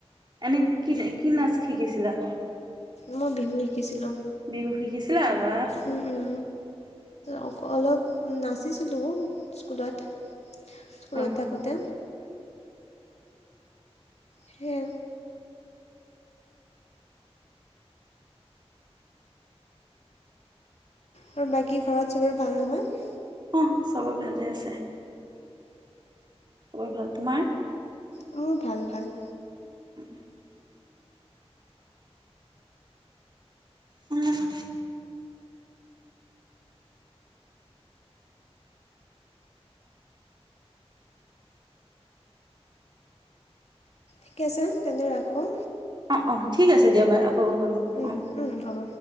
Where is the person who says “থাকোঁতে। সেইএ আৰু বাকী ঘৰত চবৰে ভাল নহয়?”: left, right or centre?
Left